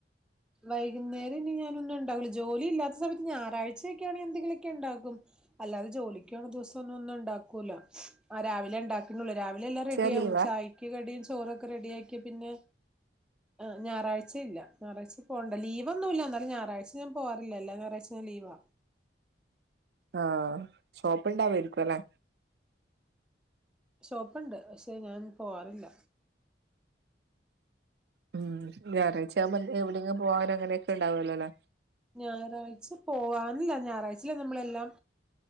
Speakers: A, in the centre; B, on the right.
A: വൈകുന്നേരം ഇനി ഞാനൊന്നും ഉണ്ടാവില്ല ജോലി ഇല്ലാത്ത സമയത്ത് ഞായറാഴ്ചയെക്കെ ആണെക്കി എന്തെിലുമൊക്കെ ഇണ്ടാക്കും അല്ലാതെ ജോലിക്ക് പോന്നദിവസം ഒന്നും ഒന്നും ഒണ്ടാക്കൂലോ ആഹ് രാവിലെ ഇണ്ടാക്കലുള്ളൂ രാവിലെ എ
B: സ്പെഷ്യൽ
A: റെഡിയാവും
B: ലീവാ
A: ചായക്ക് കടിയും ചോറൊക്കെ റെഡി ആക്കിയ പിന്നെ ആഹ് ഞായറാഴ്ച ഇല്ല ഞായറാഴ്ച പോണ്ട ലീവ്ന്നുല്ല എന്നാലും ഞായറഴ്ച ഞാൻ പോവാറില്ല എല്ല ഞായറാഴചയും ഞാൻ ലീവാ
B: ആഹ് ഷോപ്പ് ഉണ്ടെമേടിക്കും അല്ലെ
A: ഷോപ്പുണ്ട് പക്ഷെ ഞാൻ പോവാറില്ല
B: ഉം ഞായറഴ്ചവുമ്പോ എവിടെങ്കിലും പോവാനും അങ്ങനെയൊക്കെ ഉണ്ടാവല്ലോല്ലേ
A: ഞായറാഴ്ച പോവാനില്ല ഞായറാഴ്ച നമ്മളെല്ലാം